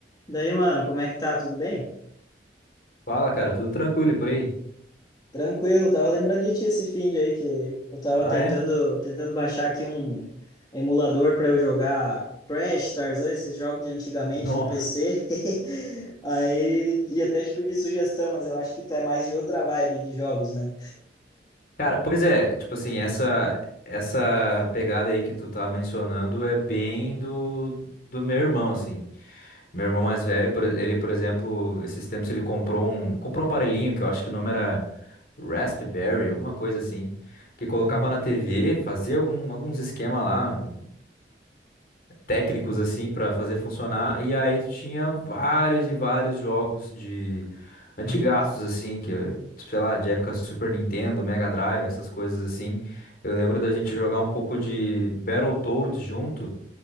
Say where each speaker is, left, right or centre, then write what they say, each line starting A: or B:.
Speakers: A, on the left; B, on the left.
A: Daí, mano, como é que tá? Tudo bem?
B: Fala, cara, tudo tranquilo e por aí?
A: Tranquilo, tava lembrando de ti esse fim de aí que eu tava
B: Ah,
A: tentando,
B: é?
A: tentando baixar aqui um emulador para eu jogar Crash, Tarzan, esses jogos de antigamente
B: não
A: no PC. <laughs> Aí ia até te pedir sugestão, mas eu acho que tu é mais de outra vibe de jogos, né?
B: Cara, pois é, tipo assim, essa essa pegada aí que tu tá mencionando é bem do do meu irmão, assim. Meu irmão mais velho, por- ele, por exemplo, esses tempos ele comprou um comprou um aparelhinho que eu acho que o nome era Raspberry, alguma coisa assim, que colocava
A: Uhum,
B: na TV, fazia algum, alguns esquema lá técnicos assim pra fazer funcionar. E aí tu tinha vários e vários jogos de
A: uhum,
B: antigaços assim, que sei lá, de época Super Nintendo, Mega Drive, essas coisas assim. Eu lembro da gente jogar um pouco de Battletoads junto,